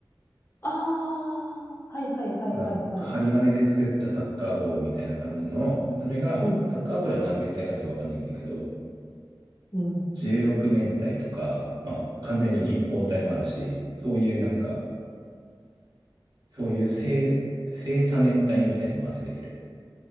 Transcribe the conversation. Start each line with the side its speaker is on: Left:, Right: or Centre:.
Left: ああ、はいはいはいはいはい。
Right: から、針金で作ったサッカーボールみたいな感じの、それが、
Left: うん、
Right: サッカーボールは何面体かちょっとわかんないんだけど、
Left: うん。
Right: 16面体とか、まあ、完全に立方体もあるし、そういうなんか、そういう正、正多面体みたいのを集めてる。